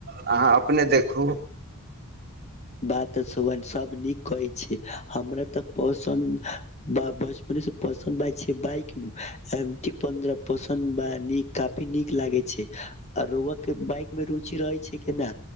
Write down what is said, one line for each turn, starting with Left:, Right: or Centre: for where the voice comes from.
Right: अहाँ अपने देखू
Left: बात सुबन सब नीक कहि छी हमरा तऽ पोषण मने <unintelligible> पसन छैक बाइक न पसन्द बा न काफी नीक लागे छैक रोउआ केँ बाइक मे रुचि रहे छैक न